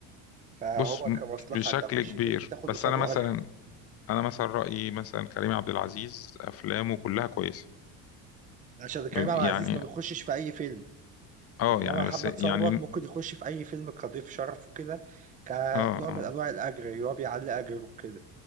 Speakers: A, on the right; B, on the left.
A: فهو
B: بص م-
A: كمصلحة
B: بشكل
A: تخش
B: كبير
A: فيلم تاخد
B: بس
A: قصاده
B: انا مثلا
A: أجر
B: انا مثلا رايي مثلا كريم عبد العزيز افلامه كلها كويسه
A: عشان كريم
B: ما بي-
A: عبد العزيز
B: يعني
A: ما بيخشش في اي فيلم
B: اه
A: انما
B: يعني
A: محمد
B: بس يعني
A: ثروت ممكن يخش في اي فيلم كضيف شرف وكده كنوع
B: اه اه
A: من انواع الاجر اللي هو بيعلي اجره كده